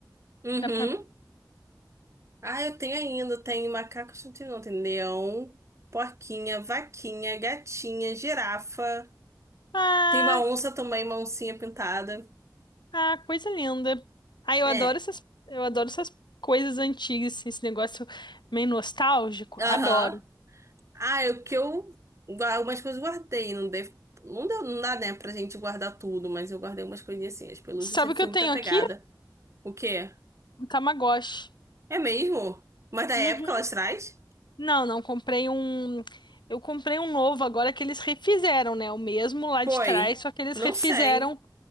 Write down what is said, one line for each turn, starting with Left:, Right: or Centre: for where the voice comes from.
Right: Uhum.
Left: da Parmalat.
Right: Ah, eu tenho ainda. Tem macaco, não tem não. Tem leão, porquinha, vaquinha, gatinha, girafa.
Left: Ah,
Right: Tem uma onça também, uma oncinha pintada.
Left: ah, coisa linda. Ah, eu
Right: É.
Left: adoro essas, eu adoro essas coisas antigas, assim, esse negócio meio nostálgico.
Right: Aham.
Left: Adoro.
Right: Ah, é o que eu. Algumas coisas eu guardei. Não deve, não deu, não dá, né, pra gente guardar tudo, mas eu guardei umas coisinhas assim. As pelúcias
Left: Sabe
Right: sempre
Left: o que
Right: foi
Left: eu
Right: muito
Left: tenho
Right: apegada.
Left: aqui?
Right: O quê?
Left: Um Tamagotchi.
Right: É mesmo? Mas da época
Left: Uhum.
Right: lá atrás?
Left: Não, não comprei um. Eu comprei um novo agora que eles refizeram, né? O mesmo lá
Right: Foi.
Left: de trás, só que eles
Right: Não
Left: refizeram,
Right: sei.